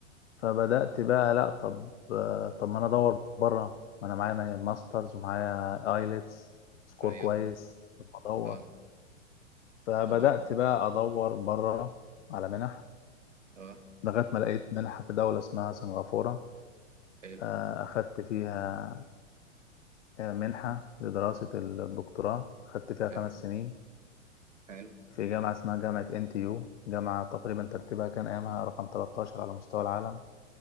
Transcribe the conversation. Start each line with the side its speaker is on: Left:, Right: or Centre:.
Left: فبدأت بقى لا طب آه طب ما انا ادور بره ما انا معايا ماسترز ومعايا ايلتس سكور
Right: ايوه
Left: كويس طب ما ادور
Right: اه
Left: فبدأت
Right: دورت
Left: بقى ادور بره على منح
Right: اه
Left: لغاية ما لقيت منحة في دولة اسمها سنغافورة
Right: حلو
Left: آه اخدت فيها آه، منحة لدراسة الدكتوراه خدت فيها خمس
Right: حلو
Left: سنين
Right: حلو
Left: في جامعة اسمها جامعة NTU جامعة تقريبا ترتيبها كان أيامها رقم 13 على مستوى العالم